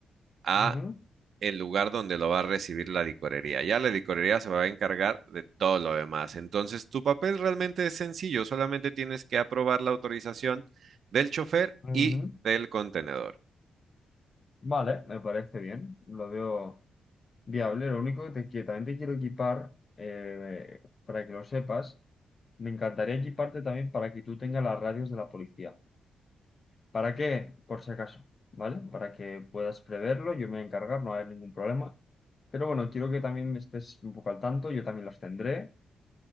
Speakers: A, on the right (about 65°); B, on the left (about 40°).
A: a
B: ujú,
A: el lugar donde lo va a recibir la licorería. Ya la licorería se va a encargar de todo lo demás. Entonces, tu papel realmente es sencillo, solamente tienes que aprobar la autorización del chofer
B: ujú.
A: y del contenedor.
B: Vale, me parece bien, lo veo viable. Lo único que te quiero, también te quiero equipar, eh, para que lo sepas, me encantaría equiparte también para que tú tengas las radios de la policía. ¿Para qué? Por si acaso, ¿vale? Para que puedas preverlo, yo me voy a encargar, no va a haber ningún problema. Pero bueno, quiero que también estés un poco al tanto, yo también las tendré.